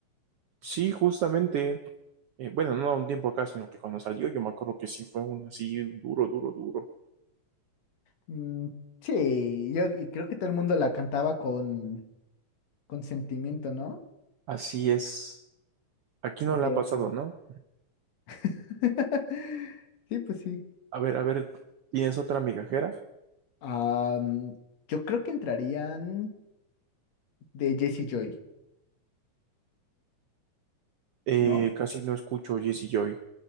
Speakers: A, on the right; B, on the left.
A: Sí, justamente. eh, bueno, no a un tiempo acá, sino que cuando salió, yo me acuerdo que sí fue un así duro, duro, duro.
B: Mm, sí, yo y creo que todo el mundo la cantaba con, con sentimiento, ¿no?
A: Así es. Aquí no
B: Ok,
A: le ha pasado,
B: ok.
A: ¿no?
B: <laughs> Sí, pues sí.
A: A ver, a ver, ¿tienes otra migajera?
B: Ah, mm, yo creo que entrarían de Jesse Joy,
A: Eh,
B: ¿no?
A: casi no escucho Jessie Joy.